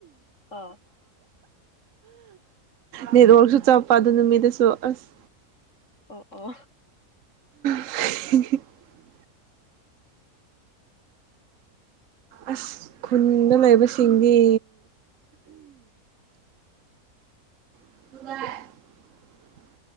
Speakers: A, on the left; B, on the right.
A: ꯑ
B: ꯅꯦꯔꯣꯛꯁꯨ ꯆꯞꯄ ꯑꯗꯨ ꯅꯨ ꯃꯤꯗꯨꯁꯨ ꯑꯁ
A: ꯑꯣ ꯑꯣ
B: <unintelligible> ꯑꯁ ꯈꯨꯨꯅ ꯃ ꯁꯤꯡꯒꯤ ꯎ